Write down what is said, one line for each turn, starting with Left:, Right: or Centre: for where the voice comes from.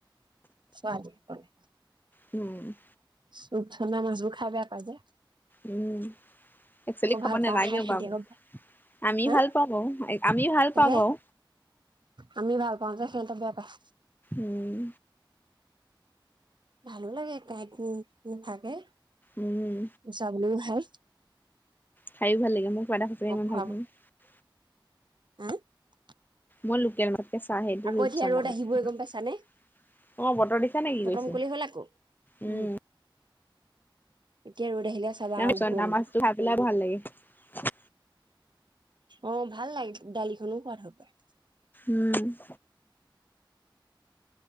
Right: চুৱা দুখ পালো।
Left: উম,
Right: ৰূপচন্দা মাছবোৰ খাই বেয়া পাই যে, -
Left: উম', একচলি খাব
Right: ভাল
Left: নালাগেও
Right: পাওঁ খাই সিহঁতি
Left: বাৰু
Right: আকৌ
Left: আমি
Right: হা
Left: ভাল পাওঁ বাৰু আমি ভাল
Right: তাকে
Left: পাওঁ বাৰু
Right: আমি ভাল। যে হেঁতে বেয়া পায়।
Left: উম
Right: ভালো লাগে কাইট নাথাকে।
Left: উম
Right: গুচাবলৈ ভাল।
Left: খাইো ভাল লাগে। <unintelligible>
Right: খোৱাব <unintelligible>
Left: মোৰ লোকেল মা, - কেঁচা সেইটো
Right: আকৌ
Left: ৰূপ
Right: এতিয়া
Left: -চন্দা
Right: ৰ'দ
Left: মাছ
Right: আহিবই
Left: ।অ
Right: গম পাইছানে
Left: ', বতৰ দেখিছা নি, কি
Right: বতম
Left: কৰিছে
Right: মুকলি হ'ল আকৌ
Left: উম্
Right: উম এতিয়া ৰ'দ আহিলে চাবা
Left: ৰূপ
Right: আৰু
Left: -চন্দা
Right: গৰম উঠিব
Left: মাছটো ভাজিলে ভাল লাগে।
Right: অ ', ভাল লাগে ডালি খনো সোৱাদ হয় বাৰু।
Left: উম, '